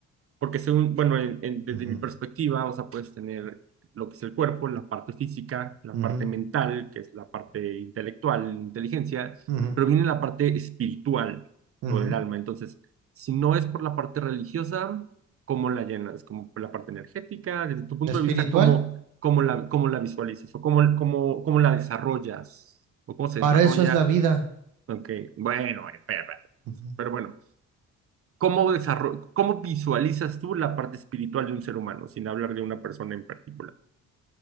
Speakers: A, on the right (about 50°); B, on the right (about 85°).
A: Porque según, bueno, en- en- desde
B: Ujú,
A: mi perspectiva, o sea, puedes tener lo que es el cuerpo, la parte física, la
B: ujú,
A: parte mental, que es la parte intelectual, inteligencia,
B: ujú,
A: pero viene la parte espiritual
B: ujú.
A: o del alma. Entonces, si no es por la parte religiosa, ¿cómo la llenas? Como por la parte energética, desde tu punto
B: Espiritual,
A: de vista, ¿cómo, cómo la, cómo la visualizas o cómo, cómo, cómo la desarrollas o cómo se
B: para
A: desarrolla?
B: eso es la vida.
A: Aunque, bueno, bueno, espera, espera.
B: Ujú.
A: pero bueno. ¿Cómo, desarro- cómo visualizas tú la parte espiritual de un ser humano, sin hablar de una persona en particular?